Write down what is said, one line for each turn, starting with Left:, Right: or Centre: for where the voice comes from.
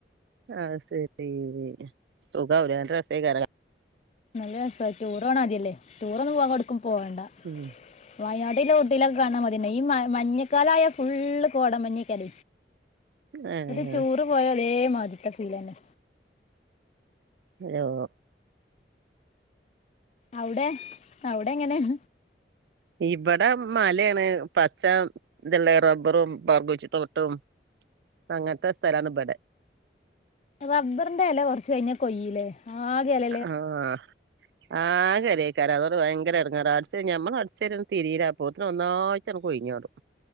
Right: അഹ് ശരി സുഖില്ല രസകര
Left: നല്ല രസാ ടുർ പോണെമാതിരിയല്ലേ ടൂറോന്നും വേറെവ്‌ടുക്കും പോവണ്ട
Right: ഉം
Left: വയനാട്ടിലെ കുഊട്ടിലൊക്കെ കാണാൻ മതിന്നേ ഈ മ മഞ്ഞക്കാല ആയ ഫുള്ള് കോട മഞ്ഞിക്കാല
Right: <inaudible> ഏഹ്
Left: ഒരു റ്റുറ് പോയ അതേ മാതിക്കക്ക് ഉള്ളന്നെ
Right: ഹലോ
Left: അവുടെ അവുടെ എങ്ങനെയാ
Right: ഇവടെ മലയാണ് പച്ച ഇത്ള്ളെ റബ്ബറും ബർഗോച്ചി തോട്ടവും അങ്ങനത്തെ സ്ഥലാണ് ഇബടെ
Left: റബ്ബറിന്റെ ഇല കുറച്ച് കഴിഞ്ഞ കൊയയിലേ ആകെ അല
Right: ആഹ ആകേലെയ്ക്കാരം അതോണ്ട് ഭയങ്കര ഇടങ്ങാറ അടിച്ച് കഴിഞ്ഞ ഞമ്മൾ അടിച്ച് കയിഞ്ഞ് തിരീല പോത്തിന് ഒന്നായി ച്ചടു കൊഴിഞ്ഞോടും